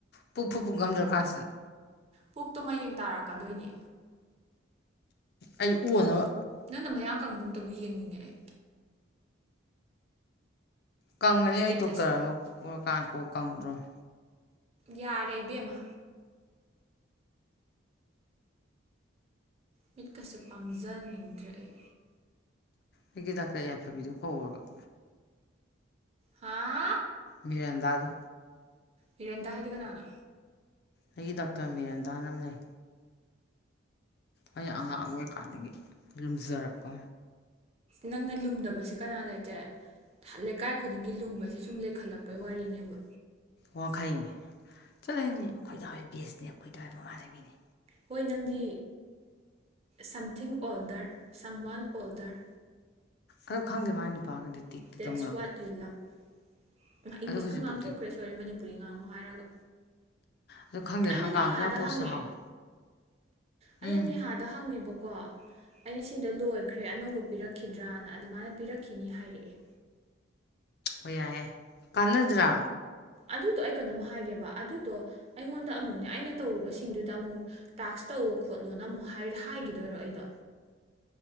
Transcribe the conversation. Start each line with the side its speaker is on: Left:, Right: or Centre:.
Left: ꯄꯨꯛ ꯐꯨꯛ ꯄꯨꯛ ꯉꯝꯗ꯭ꯔ ꯀꯥꯟꯁꯤꯗ
Right: ꯄꯨꯛꯇꯣ ꯃꯌꯦꯡ ꯇꯥꯔꯛꯀꯗꯣꯏꯅꯦ
Left: ꯑꯩ ꯑꯣꯅꯕ
Right: ꯅꯪꯅ ꯃꯌꯥꯝ ꯀꯪꯕ ꯑ ꯑꯃꯇꯕꯨ ꯌꯦꯡꯅꯤꯡꯉꯦ ꯑꯩ
Left: ꯀꯪꯉꯅꯤ
Right: ꯏꯁꯇꯦꯇꯁ
Left: ꯑꯩ ꯗꯣꯛꯇꯔ ꯑꯃ <unintelligible> ꯀꯣ ꯀꯪꯗ꯭ꯔꯣꯃꯤ
Right: ꯌꯥꯔꯦ ꯏꯕꯦꯝꯃ ꯃꯤꯠꯀꯁꯦ ꯄꯥꯡꯖꯅꯤꯡꯗ꯭ꯔꯦ ꯑꯩ
Left: ꯑꯩꯒꯤ ꯗꯥꯛꯇꯔ ꯌꯥꯏꯐꯕꯤꯗꯣ ꯀꯧꯒ
Right: ꯍꯥꯥ
Left: ꯃꯤꯔꯦꯟꯗꯥ ꯑꯗꯨ
Right: ꯍꯤꯔꯦꯟꯇ ꯍꯥꯏꯗꯤ ꯀꯅꯥꯅꯣ
Left: ꯑꯩꯒꯤ ꯗꯥꯛꯇꯔ ꯃꯤꯔꯟꯗꯥꯅ ꯑꯃ ꯂꯩ ꯑꯩꯅ ꯑꯉꯥꯡ ꯑꯣꯏꯔꯤꯀꯥꯟꯗꯒꯤ ꯂꯨꯝꯖꯔꯛꯄ
Right: ꯅꯪꯅ ꯂꯨꯝꯗꯕꯁꯦ ꯀꯅꯥ ꯂꯩꯇ꯭ꯔꯦ ꯂꯩꯀꯥꯏ ꯈꯨꯗꯤꯡꯒꯤ ꯂꯨꯝꯕꯁꯦ ꯁꯨꯝ ꯂꯩꯈꯠꯂꯛꯄꯩ ꯋꯥꯔꯤꯅꯦꯕ
Left: ꯋꯥꯡꯈꯩ ꯆꯠꯂꯅꯤ ꯑꯩꯈꯣꯏꯗꯗꯥꯋꯥꯏ ꯕꯦꯁꯅꯦ ꯑꯩꯈꯣꯏꯗꯥꯋꯥꯏ ꯃꯃꯥꯟꯅꯕꯤꯅꯤ
Right: ꯍꯣꯏ ꯅꯪꯗꯤ ꯁꯝꯊꯤꯡ ꯑꯣꯜꯗꯔ ꯁꯝ ꯋꯥꯟ ꯑꯣꯜꯗꯔ
Left: ꯑꯗꯨ ꯈꯪꯗꯦ ꯃꯥꯒꯤ ꯅꯨꯄꯥꯒꯗꯤ ꯇꯤꯛꯇꯤ
Right: ꯗꯦꯠꯁ
Left: ꯇꯧꯅꯕꯅꯤ
Right: ꯋꯥꯠ ꯌꯨ ꯂꯕ ꯏꯃꯥ ꯏꯪꯂꯤꯁꯀ
Left: ꯑꯗꯣ ꯍꯧꯖꯤꯛꯐꯥꯎꯗꯤ
Right: ꯉꯥꯡꯊꯣꯛꯈ꯭ꯔꯦ ꯁꯣꯏꯔꯦ ꯃꯅꯤꯄꯨꯔꯤ ꯉꯥꯡꯉꯣ ꯍꯥꯏꯔꯒ
Left: ꯑꯗꯣ ꯈꯪꯗꯦ
Right: ꯑꯩꯅ
Left: ꯍꯪꯒꯥꯝꯁꯨ
Right: ꯅꯦꯍꯥꯗ
Left: ꯌꯥꯝ ꯄꯣꯁ
Right: ꯍꯪꯉꯦ
Left: ꯆꯥꯍꯥꯎꯋꯦ
Right: ꯑꯩꯅ
Left: ꯎꯝ
Right: ꯅꯦꯍꯥꯗ ꯍꯪꯉꯦꯕꯀꯣ ꯑꯩꯅ ꯁꯤꯗ ꯂꯣꯏꯈ꯭ꯔꯦ ꯑꯅꯧꯕ ꯄꯤꯔꯛꯈꯤꯗ꯭ꯔꯅ ꯑꯗ ꯃꯥꯅ ꯄꯤꯔꯛꯈꯤꯅꯤ ꯍꯥꯏꯔꯛꯑꯦ
Left: ꯍꯣꯏ ꯌꯥꯏꯑꯦ ꯀꯥꯟꯅꯗ꯭ꯔꯥ
Right: ꯑꯗꯨꯗꯣ ꯑꯩ ꯀꯩꯅꯣꯝ ꯍꯥꯏꯒꯦꯕ ꯑꯗꯨꯗꯣ ꯑꯩꯉꯣꯟꯗ ꯑꯃꯨꯛꯅꯦ ꯑꯩꯅ ꯇꯧꯔꯨꯕꯁꯤꯡꯗꯨꯗ ꯑꯃꯨꯛ ꯇꯥꯛꯁ ꯇꯧ ꯈꯣꯠꯂꯣꯅ ꯑꯃꯨꯛ ꯍꯥꯏꯈꯤꯗꯣꯏꯔꯣ ꯑꯩꯗꯣ